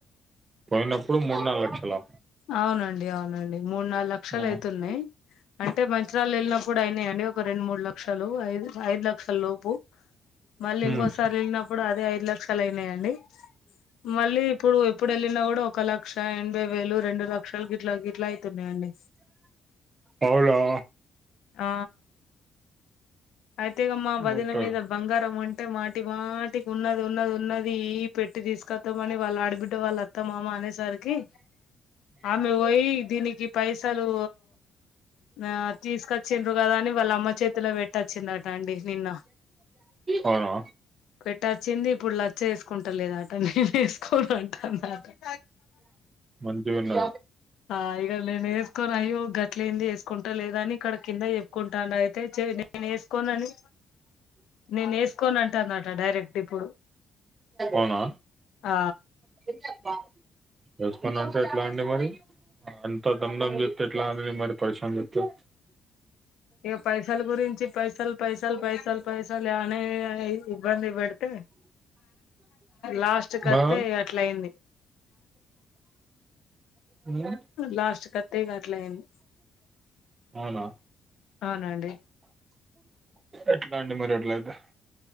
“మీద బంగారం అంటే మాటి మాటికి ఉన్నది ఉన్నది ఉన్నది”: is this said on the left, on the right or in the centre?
Left